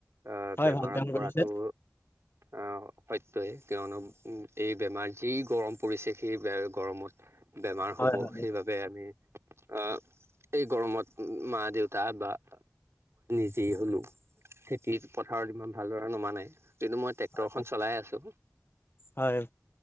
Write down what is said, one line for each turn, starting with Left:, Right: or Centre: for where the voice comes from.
Right: আহ
Left: হয়,
Right: বেমাৰত
Left: ভাল কাম কৰিছে।
Right: পৰাটো। আহ সত্য়য়ে কিয়নো উ এই বেমাৰ যি গৰম পৰিছে সেই ব। গৰমত বেমাৰ
Left: হয়,
Right: হ'ব
Left: হয়,
Right: সেইবাবে আমি আহ। এই গৰমত মা দেউতা বা মই নিজেই হলো খেতিত পথাৰত ইমান ভালদৰা নম নাই কিন্তু মই ট্ৰেক্টৰখন
Left: হয়,
Right: চলাই আছো
Left: হয়